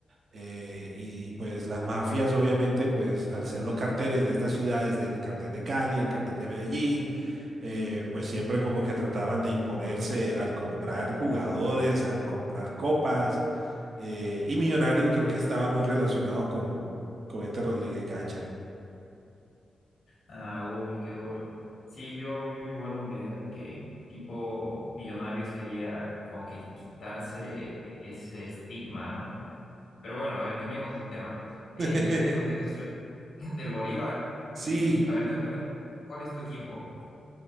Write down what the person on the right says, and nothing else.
eh, y pues las mafias obviamente pues al ser los carteles de estas ciudades, del cartel de Cali, el cartel de Medellín, eh, pues siempre como que trataban de imponerse al comprar jugadores, al comprar copas eh, y Millonarios creo que estaba muy relacionado con, con este Rodríguez Gacha.
<laughs>
Sí.